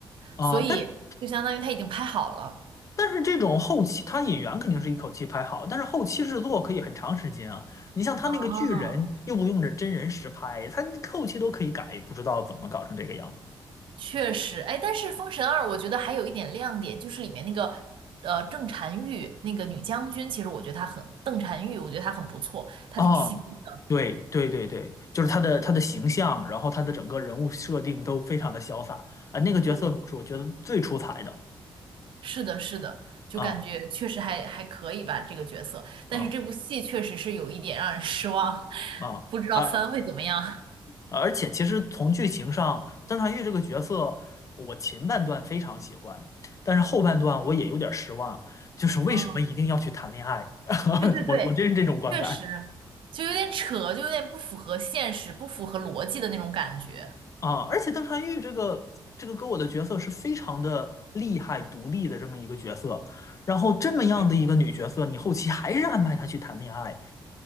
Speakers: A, on the left (about 35°); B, on the right (about 70°).
A: 啊，
B: 所以就相当于他已经拍好了。
A: 但是。但是这种后期，他演员肯定是一口气拍好，但是后期制作可以很长时间啊。你像他那个巨人，
B: 啊，
A: 又不用着真人实拍，他那后期都可以改，不知道怎么搞成这个样子
B: 确实，哎，但是《封神二》我觉得还有一点亮点，就是里面那个呃郑婵玉那个女将军，其实我觉得她很邓婵玉，我觉得她很不错，她挺吸睛的。
A: 啊。对对对对，就是他的他的形象，然后他的整个人物设定都非常的潇洒啊。那个角色我是我觉得最出彩的
B: 对，是的，是的，就感觉确实还还可以吧这个角色，
A: 啊
B: 但是这部戏确实是有一点让人失望，
A: 啊
B: <laughs>
A: 啊啊！
B: 不知道三会怎么样。
A: 啊而且其实从剧情上，邓婵玉这个角色，我前半段非常喜欢，但是后半段我也有点失望，就是为什么一定要去谈恋爱？
B: 嗯。
A: <laughs>
B: 对对对，
A: 我我真是这种观感
B: 确实，就有点扯，就有点不符合现实、不符合逻辑的那种感觉。
A: 啊！而且邓婵玉这个这个给我的角色是非常的厉害、独立的这么一个角色，然后这么样的一个女角色，
B: 对，
A: 你后期还是安排她去谈恋爱，